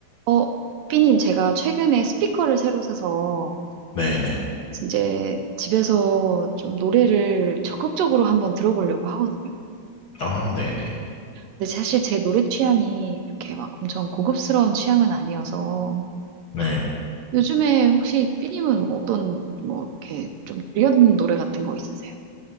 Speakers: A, on the right; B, on the left.
A: 어, 삐님, 제가 최근에 스피커를 새로 사서
B: 네네.
A: 이제 집에서 좀 노래를 적극적으로 한번 들어보려고 하거든요.
B: 아, 네네.
A: 근데 사실 제 노래 취향이 이렇게 막 엄청 고급스러운 취향은 아니어서
B: 네.
A: 요즘에 혹시 삐님은 뭐 어떤 뭐 이렇게 좀 들려 듣는 노래 같은 거 있으세요?